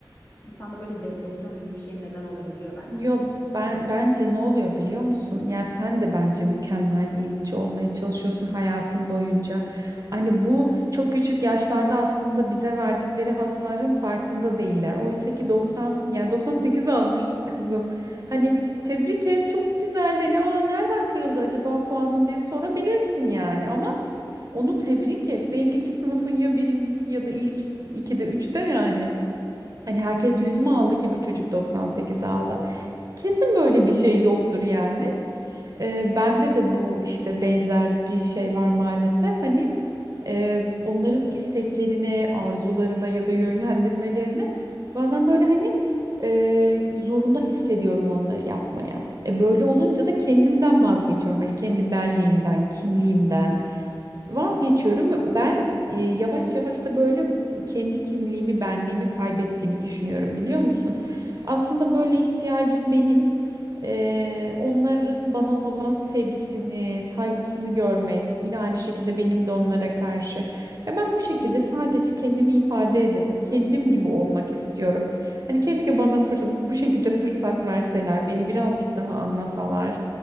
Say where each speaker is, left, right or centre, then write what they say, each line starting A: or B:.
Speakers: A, on the left (about 25°); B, on the right (about 45°).
A: İnsanda böyle depresyon gibi bir şeye neden olabiliyor bence.
B: Yok ben bence ne oluyor biliyor musun? Ya sen de bence mükemmelliyetçi olmaya çalışıyorsun hayatın boyunca. Hani bu çok küçük yaşlarda aslında bize verdikleri hasarın farkında değiller. Oysa ki 90 yani 98 almış kızın. Hani tebrik et çok güzel. Hani aa nereden kırıldı acaba puanın diye sorabilirsin yani. Ama onu tebrik et. Belli ki sınıfın ya birincisi ya da ilk ikide üçte yani. Hani herkes 100 mü aldı ki bu çocuk 98 aldı? Kesin böyle bir şey yoktur yani. Ee, bende de bu işte benzer bir şey var maalesef. Hani e, onların isteklerine, arzularına ya da yönlendirmelerine bazen böyle hani e, zorunda hissediyorum onları yapmaya. E, böyle olunca da kendimden vazgeçiyorum. Hani kendi benliğimden, kimliğimden. Vazgeçiyorum ve ben e, yavaş yavaş da böyle kendi kimliğimi, benliğimi kaybettiğimi düşünüyorum biliyor musun? Aslında böyle ihtiyacım benim. Eee, onların bana olan sevgisini, saygısını görmek, yine aynı şekilde benim de onlara karşı. Ya ben bu şekilde sadece kendimi ifade edip
A: Aynen.
B: kendim gibi olmak istiyorum. Hani keşke bana fırs- bu şekilde fırsat verseler, beni birazcık daha anlasalar